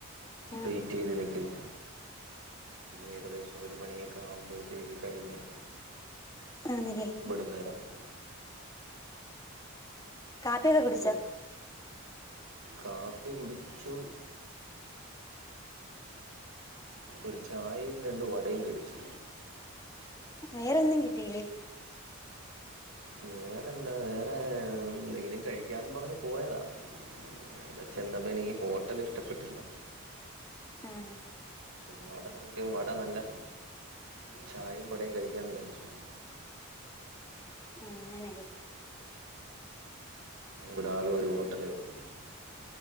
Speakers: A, on the left; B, on the right.
A: ആഹ്
B: വെയിറ്റ് ചെയ്ത് നിക്കുന്നു. ഏകദേശം ഒരു മണിയൊക്കെ ആകുമ്പോഴത്തേക്ക് കഴിഞ്ഞ്
A: ആണല്ലേ
B: ഇവിടുന്ന്
A: ഉം
B: ഇറങ്ങും
A: <unintelligible> ഒക്കെ കൂട്ച്ചോ?
B: ഇത് കാപ്പി കുടിച്ചു. ഒരു ചായേ രണ്ട് വടയും കഴിച്ചു.
A: വേറെ ഒന്നും കിട്ടിയില്ലേ?
B: വേറെ എന്താ വേറെ എന്തെങ്കിലും കഴിക്കാന്ന് പറഞ്ഞ് പോയതാ. <unintelligible> ചെന്നപ്പോ എനിക്ക് ഹോട്ടൽ ഇഷ്ടപ്പെട്ടില്ല.
A: ആഹ്
B: വട നോക്കിയപ്പോ വട നല്ല ചായയും വടയും കഴിക്കാന്ന് വിചാരിച്ചു.
A: അങ്ങനെല്ലേ
B: ഇവിടെ ആകെ ഒരു ഹോട്ടലെ ഒള്ളൂ.